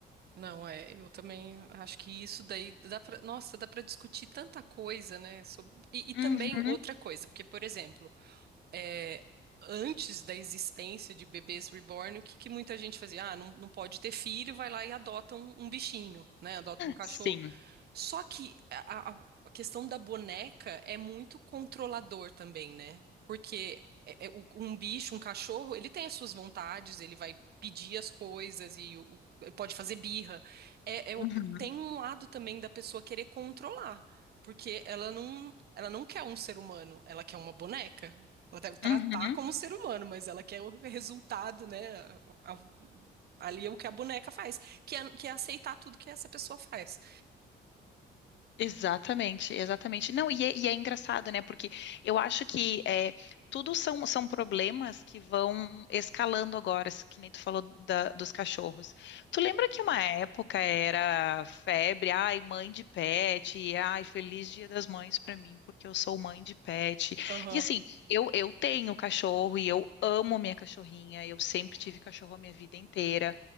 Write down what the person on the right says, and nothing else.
Não, é. Eu também acho que isso daí dá pra. Nossa, dá pra discutir tanta coisa, né? sob- E, e também
outra coisa, porque, por exemplo, é, antes da existência de bebês reborn, o que, que muita gente fazia? Ah, não, não pode ter filho, vai lá e adota um, um bichinho, né? Adota um cachorro.
Só que a, a- a questão da boneca é muito controlador também, né? Porque é- é o- um bicho, um cachorro, ele tem as suas vontades, ele vai pedir as coisas e o- o- pode fazer birra. É- é o-
tem um lado também da pessoa querer controlar, porque ela não, ela não quer um ser humano, ela quer uma boneca. Ela deve tratar
como ser humano, mas ela quer o resultado, né? A- a- ali é o que a boneca faz, que é, que é aceitar tudo que essa pessoa faz.
Aham.